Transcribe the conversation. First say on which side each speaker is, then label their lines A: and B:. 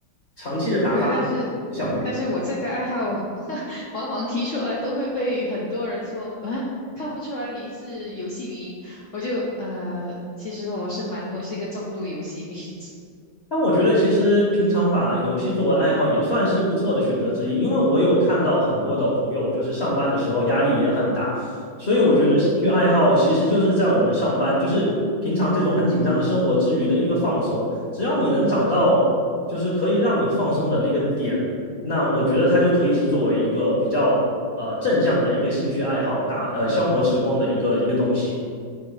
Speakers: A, on the left; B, on the left.
A: 长期的打发
B: 对，但是但是我这个爱好，
A: 项目。
B: <laughs> 往往提出来都会被很多人说，啊，看不出来你是游戏迷。我就呃，其实我是蛮，我是一个重度游戏迷。<laughs>
A: 但我觉得其实平常把游戏作为爱好也算是不错的选择之一，因为我有看到很多的朋友就是上班的时候压力也很大，所以我觉得兴趣爱好其实就是在我们上班，
B: 嗯哼。
A: 就是平常这种很紧张的生活之余的一个放松。只要你能找到就是可以让你放松的那个点，那我觉得它就可以是作为一个比较呃正向的一个兴趣爱好，打呃消磨时光的一个一个东西。